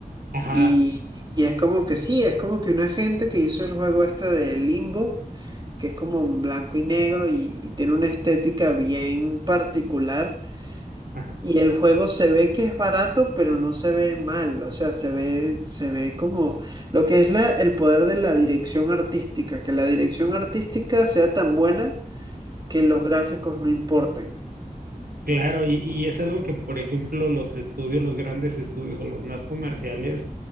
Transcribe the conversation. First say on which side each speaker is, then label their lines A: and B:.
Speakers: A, on the right; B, on the right.
A: ajá,
B: Y, y es como que sí, es como que una gente que hizo el juego este de Limbo, que es como en blanco y negro y y tiene una estética bien particular.
A: ajá.
B: Y el juego se ve que es barato, pero no se ve mal, o sea, se ve, se ve como lo que es la, el poder de la dirección artística, que la dirección artística sea tan buena que los gráficos no importen.
A: Claro, y, y es algo que, por ejemplo, los estudios, los grandes estudios o los más comerciales,